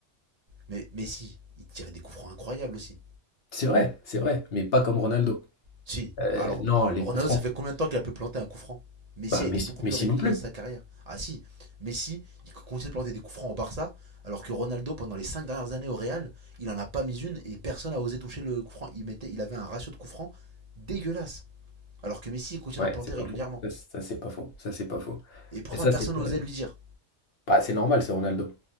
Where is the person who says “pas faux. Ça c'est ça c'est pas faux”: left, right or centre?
Left